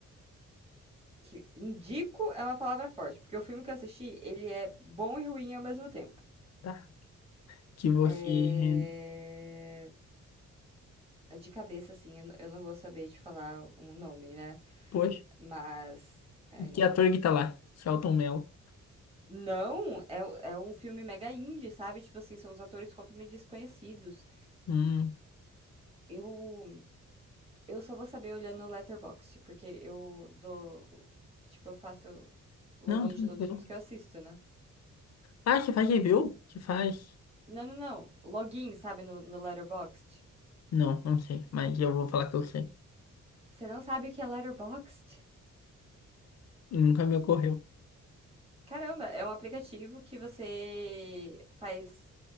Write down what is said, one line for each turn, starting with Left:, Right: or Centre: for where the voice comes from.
Right: Que indico é uma palavra forte, porque o filme que eu assisti, ele é bom e ruim ao mesmo tempo.
Left: tá? Que você...
Right: É... é De cabeça, assim, eu n- eu não vou saber te falar um nome, né?
Left: Poxa,
Right: Mas. Ai, não.
Left: que ator que tá lá? Selton Mello.
Right: Não, é, o- é um filme mega indie, sabe? Tipo assim, são os atores completamente desconhecidos.
Left: Hum.
Right: Eu, eu só vou saber olhando no Letterboxd, porque eu dou. Tipo, eu faço login
Left: Não, tranquilo.
Right: de todos os filmes que eu assisto, né?
Left: Ah, você faz review? Você faz...
Right: Não, não, não. Login, sabe, no, no Letterboxd.
Left: Não, não sei, mas eu vou falar que eu sei.
Right: Você não sabe o que é Letterboxd?
Left: Nunca me ocorreu.
Right: Caramba, é um aplicativo que você faz.